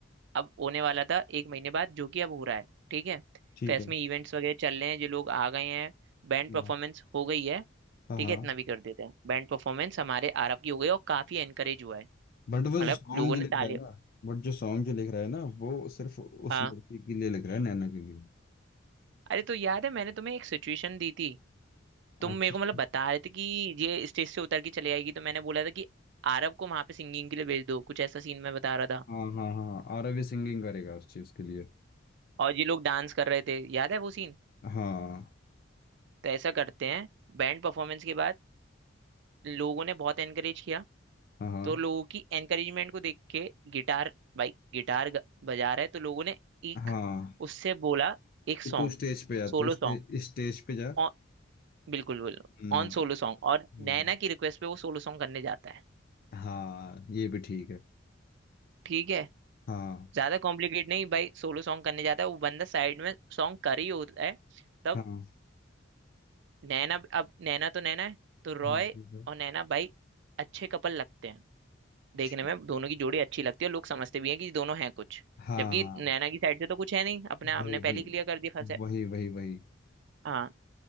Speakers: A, on the right; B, on the left.
A: अब होने वाला था एक महीने बाद जो कि अब हो रहा है ठीक है
B: ठीक
A: फेस्ट
B: है
A: में इवेंट्स वगैरह चल रहे हैं जो लोग आ गए हैं
B: हाँ
A: बैंड परफॉर्मेंस हो गई है
B: हाँ
A: ठीक
B: हाँ
A: है इतना भी कर देते हैं बैंड परफॉर्मेंस हमारे आरब की हो गई और काफी एनकरेज हुआ है
B: बट वो
A: मतलब
B: सॉन्ग
A: लोगों
B: जो
A: ने
B: लिख
A: ताली
B: रहा है ना बट जो सॉन्ग जो लिख रहा है ना वो सिर्फ उस
A: हाँ
B: लड़की के लिए लिख रहा है नैना के लिए
A: अरे तो याद है मैंने तुम्हें एक सिचुएशन दी थी तुम
B: आखिर
A: मेरे को मतलब बता रहे थे कि ये स्टेज से उतर के चले आएगी तो मैंने बोला था कि आरब को वहां पे सिंगिंग के लिए भेज दो कुछ ऐसा सीन मैं बता रहा था
B: हाँ हाँ हाँ आर रवि सिंगिंग करेगा उस चीज के लिए
A: और ये लोग डांस कर रहे थे याद है वो सीन
B: हाँ
A: तो ऐसा करते हैं बैंड परफॉर्मेंस के बाद लोगों ने बहुत एनकरेज किया
B: हाँ हाँ
A: तो लोगों की एनकरेजमेंट को देख के गिटार भाई गिटार ग- बजा रहा है तो लोगों ने एक
B: हाँ
A: उससे बोला एक सॉन्ग
B: तो तू स्टेज पे जा
A: सोलो
B: तू
A: सॉन्ग
B: स्टे, स्टेज पे जा
A: ऑन बिल्कुल बिल्कुल
B: हम्म
A: ऑन सोलो सॉन्ग और
B: हाँ
A: नैना की रिक्वेस्ट पे वो सोलो सॉन्ग करने जाता है
B: हाँ ये भी ठीक है
A: ठीक है
B: हाँ
A: ज्यादा कॉम्प्लिकेट नहीं भाई सोलो सॉन्ग करने जाता है वो बंदा साइड में सॉन्ग कर ही होता है तब
B: हाँ
A: नैना अब नैना तो नैना है तो रॉय
B: हाँ ठीक है
A: और नैना भाई अच्छे कपल लगते हैं देखने
B: ठीक
A: में दोनों की जोड़ी अच्छी लगती है लोग समझते भी हैं कि दोनों हैं कुछ
B: हाँ
A: जबकि नैना की साइड से तो कुछ है नहीं अपने हमने
B: वही
A: पहले
B: वही
A: ही क्लियर कर दिया फंसे
B: वही वही वही
A: हाँ